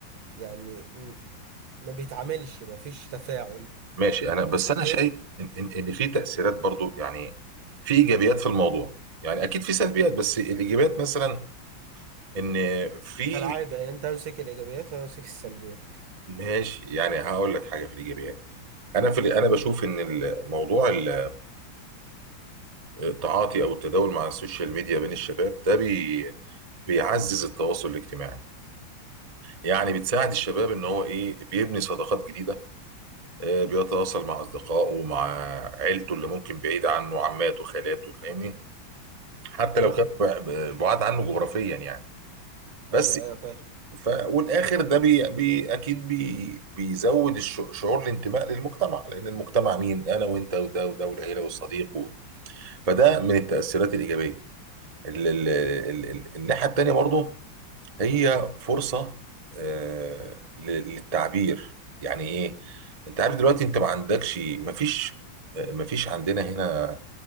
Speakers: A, on the right; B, on the right.
A: يعني م- ما بيتعاملش ما فيش تفاعل
B: ماشي انا
A: فبالتالي
B: بس انا شايف ان ان إن في تاثيرات برضو يعني في ايجابيات في الموضوع يعني اكيد في سلبيات بس الايجابيات مثلا ان في
A: كالعادة يعني انت امسك الايجابيات وانا امسك السلبيات
B: ماشي يعني هقول لك حاجه في الايجابيات انا في ال- انا بشوف ان الموضوع ال- التعاطي او التداول مع السوشيال ميديا بين الشباب ده بي بيعزز التواصل الاجتماعي يعني بتساعد الشباب ان هو ايه بيبني صداقات جديده آه، بيتواصل مع اصدقائه ومع عيلته اللي ممكن بعيد عنه عماته خالاته فاهمني حتى
A: ماشي
B: لو كان ب- ب- بعاد عنه جغرافيا يعني بس
A: ايوه ايوه فاهم
B: ف... والاخر ده بي... بي... اكيد بي... بيزود الش... شعور الانتماء للمجتمع لان المجتمع مين انا وانت وده وده والعيله والصديق و... فده من التاثيرات الايجابيه ال- ال- ال- ال- الناحيه التانيه برضو هي فرصه آه، لل- للتعبير يعني ايه انت عارف دلوقتي انت ما عندكش ما فيش ما فيش عندنا هنا